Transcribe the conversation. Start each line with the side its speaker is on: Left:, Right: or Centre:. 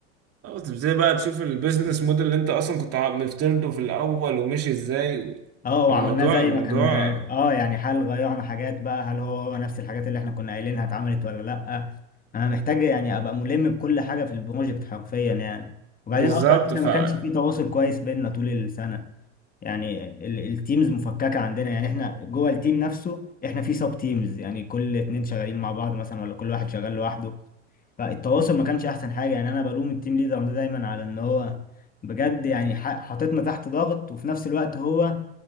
Right: اه تبتدي بقى تشوف البيزنس موديل اللي انت اصلا كنت ع- مفترضه في الاول ومشي ازاي و-
Left: اه وعملناه
Right: الموضوع
Left: زي
Right: الموضوع
Left: ما كان اه يعني هل غيرنا حاجات بقى هل هو هو نفس الحاجات اللي احنا كنا قايلينها اتعملت ولا لا انا محتاج يعني ابقى ملم بكل حاجه في البروجكت حرفيا يعني وبعدين
Right: بالظبط
Left: اصلا احنا
Right: ف
Left: ما كانش في تواصل كويس بيننا طول السنه يعني ال- التيمز مفككه عندنا يعني احنا جوه التيم نفسه احنا في سب تيمز يعني كل اتنين شغالين مع بعض مثلا ولا كل واحد شغال لوحده فالتواصل ما كانش احسن حاجه يعني انا بلوم التيم ليدر ده دايما على ان هو بجد يعني ح- حاططنا تحت ضغط وفي نفس الوقت هو